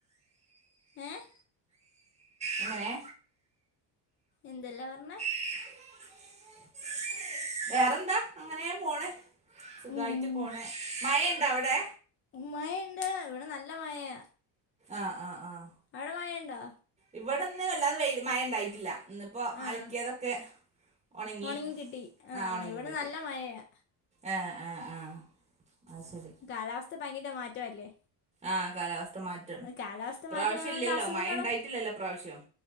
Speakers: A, on the left (about 30°); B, on the right (about 15°).
A: ഏഹ്
B: എങ്ങനെ
A: എന്തല്ലാ പറഞ്ഞെ
B: <inaudible> വേറെന്താ അങ്ങനെ പോണ് സുഖായിട്ട്
A: ഉം
B: പോണ് മഴ ഇണ്ടോ അവിടെ
A: മഴണ്ട് ഇവിടെ നല്ല മഴയ
B: ആഹ് ആഹ് ആഹ്
A: അടമയണ്ടോ
B: ഇവിടന്ന് വല്ലാതെ വ മഴ ഉണ്ടായിട്ടില്ല ഇന്നിപ്പോ
A: ആഹ്
B: അലക്കിയതൊക്കെ ഉണങ്ങി
A: ഒണങ്ങി കിട്ടി ആഹ്
B: ആ ഉണങ്ങിക്കിട്ട്
A: ഇവിടെ നല്ല മഴയാ
B: ആ ആ ആ ആയ് ശരി
A: കാലാവസ്ഥ ഭയങ്കര മാറ്റംല്ലേ
B: ആഹ് കാലാവസ്ഥ മാറ്റാണ്
A: കാലാവസ്ഥ
B: ഇപ്രാവശ്യം
A: മാറ്റമുണ്ട്
B: ഇല്ലല്ലോ
A: അസുഖങ്ങളും
B: മഴ ഉണ്ടായിട്ടില്ലല്ലോ പ്രാവശ്യം